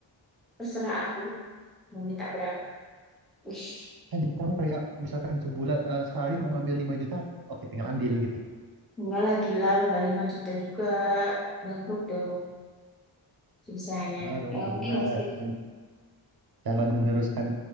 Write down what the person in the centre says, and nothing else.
terserah aku. Mau minta berapa. Wih.
Enggak lah, gila. Lo nggak 5 juta juga. Bangkrut dong bisanya.
Ya nggak mungkin
lah segitu.